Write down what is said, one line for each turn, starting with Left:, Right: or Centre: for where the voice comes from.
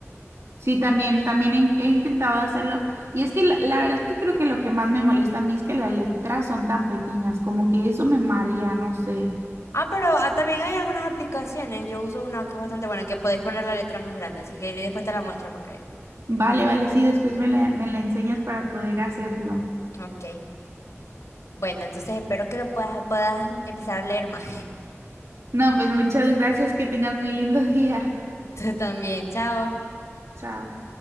Right: Sí, también, también he, he intentado hacerlo y es que la, la verdad que creo que lo que más me molesta a mí es que las letras son tan pequeñas, como que eso me marea, no sé.
Left: Ah, pero ah, también hay algunas aplicaciones, yo uso una que es bastante buena, que podéis poner la letra más grande, así que después te la muestro para que veas.
Right: Vale, vale, sí, después me la, me la enseñas para poder hacerlo.
Left: Ok. Bueno, entonces espero que lo puedas, puedas empezar a leer más.
Right: No, pues muchas gracias, que tengas muy lindo <laughs> día.
Left: <laughs> Tú también, chao.
Right: Chao.